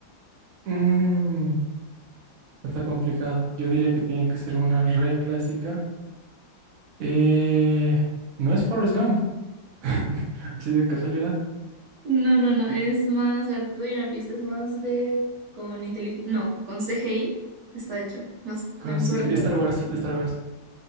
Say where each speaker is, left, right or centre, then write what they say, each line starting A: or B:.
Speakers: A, on the right; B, on the right.
A: Mm, Está complicado. Yo diría que tiene que ser una re clásica. Eh, no es Forrest Gump, <laughs> así de casualidad.
B: No, no, no, es más, a ver, te doy una pista, es más de con inteligencia, no, con CGI está hecho, más
A: Conseje-
B: la su gran
A: Star Wars, Star Wars.